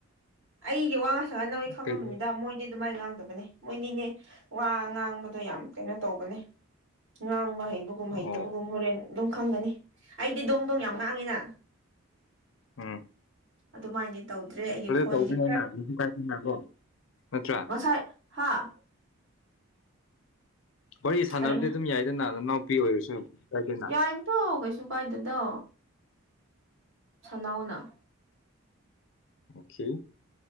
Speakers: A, on the right; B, on the left.
A: ꯑꯩꯗꯤ ꯋꯥ ꯉꯥꯡ ꯁꯍ ꯅꯣꯏ ꯈꯪꯉꯝꯕꯅꯤꯗ
B: ꯀꯩꯅꯣ
A: ꯃꯣꯏ ꯑꯗꯨꯃꯥꯏꯅ ꯉꯥꯡꯗꯕꯅꯦ ꯃꯣꯏꯅꯤꯅꯦ ꯋꯥ ꯉꯥꯡꯕꯗꯣ ꯌꯥꯝ ꯀꯩꯅꯣ ꯇꯧꯕꯅꯦ ꯉꯥꯡꯕ ꯍꯩꯕꯒꯨꯝ
B: ꯑꯣ
A: ꯍꯩꯇꯕꯒꯨꯝ ꯍꯣꯔꯦꯟ ꯑꯗꯨꯝ ꯈꯪꯒꯅꯤ ꯑꯩꯗꯤ ꯗꯣꯡ ꯗꯣꯡ ꯌꯥꯝ ꯉꯥꯡꯉꯤꯅ
B: ꯎꯝ
A: ꯑꯗꯨꯃꯥꯏꯗꯤ ꯇꯧꯗ꯭ꯔꯦ ꯑꯩꯒꯤ
B: ꯑꯗꯨ
A: ꯈꯣꯟꯗꯤ
B: ꯇꯧꯕꯤꯌꯣꯅ
A: ꯈꯔ
B: ꯀꯩꯁꯨ ꯀꯥꯏꯗꯦꯅꯀꯣ ꯅꯠꯇ꯭ꯔꯥ
A: ꯉꯁꯥꯏ ꯍꯥꯥ
B: ꯋꯥꯔꯤ ꯁꯥꯟꯅꯕꯗꯤ
A: ꯀꯔꯤ
B: ꯑꯗꯨꯝ ꯌꯥꯏꯗꯅ ꯅꯅꯥꯎꯄꯤ ꯑꯣꯏꯔꯁꯨ ꯀꯥꯏꯗꯦꯅ
A: ꯌꯥꯏ ꯇ ꯀꯩꯁꯨ ꯀꯥꯏꯗꯗꯣ ꯁꯅꯧꯅ
B: ꯑꯣꯈ